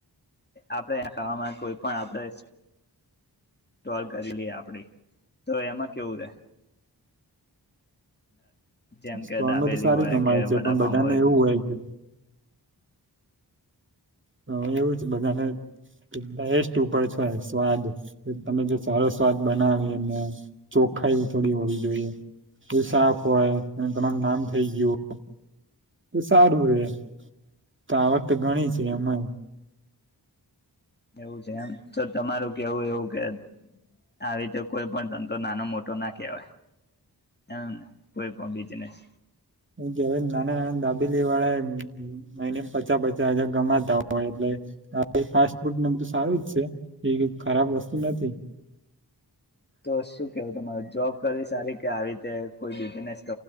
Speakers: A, on the left; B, on the right.
A: આપણે ખાવામાં કોઈ પણ આપણે સોલ કરીલીએ આપડી તો એમાં કેવું રે? જેમ
B: સ્ટોલમાં
A: કે દાબેલી
B: તો સારી
A: હોય
B: કમાય
A: કે
B: છે
A: વડાપાઉ
B: પણ બધાને એવું હોય કે હ એવું જ બધાને ટેસ્ટ ઉપર છે હો સ્વાદ તમે જો સારો સ્વાદ બનાવે ને ચોખાઈ થોડી હોવી જોઈએ, સાફ હોય અને તમાર નામ થઈ ગયું. તો સારું રે, તો આવક તો ઘણી છે એમાય.
A: એવું છે એમ તો તમારું કેવું એવું કે આવી રીતે કોઈ પણ ધંધો નાનો મોટો ના કહેવાય એમને, કોઈ પણ બિજનેસ.
B: એ કેવા નાના નાના દાબેલી વાળાને મહિને પચા પચા હજાર કમાતા હોય એટલે. હા એ ફાસ્ટ ફૂડને બધું સારું જ છે, એ ખરાબ વસ્તુ નથી.
A: તો શું કેવું તમારે જોબ કરવી સારી કે આવી રીતે કોઈ બિઝનેસ ક